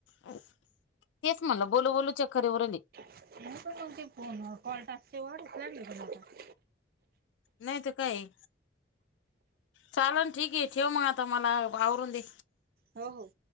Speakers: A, on the left (about 80°); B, on the right (about 50°).
A: तेच म्हणलं बोलू बोलु चक्कर येऊ राहिली.
B: काँल <unintelligible>
A: नाही तर काय चाल न ठीक आहे ठेव मग आता मला आवरून दे.
B: हो हो.